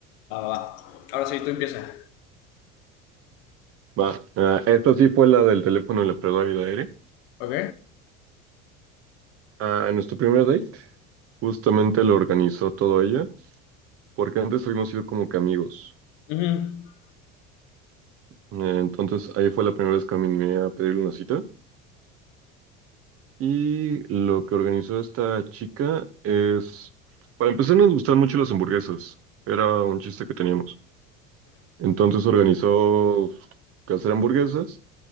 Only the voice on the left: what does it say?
Va, va, va. Ahora sí, tú empieza.
¿Ok?
Ujú.